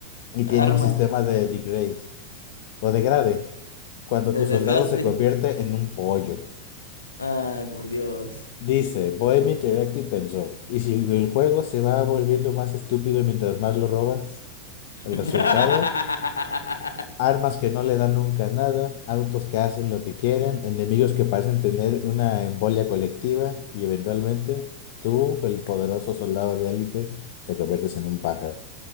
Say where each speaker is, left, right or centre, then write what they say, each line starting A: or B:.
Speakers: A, on the left; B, on the left.
A: y tiene
B: Arma
A: un sistema de degrade o degrade cuando
B: de
A: tu soldado
B: desgaste.
A: se convierte en un pollo.
B: Ay, por Dios.
A: Dice, Bohemia Interactive pensó, ¿y si el juego se va volviendo más estúpido mientras más lo robas?
B: <laughs>
A: El resultado, Armas que no le dan nunca nada, autos que hacen lo que quieren, enemigos que parecen tener una embolia colectiva y eventualmente tú, el poderoso soldado de élite, te conviertes en un pájaro,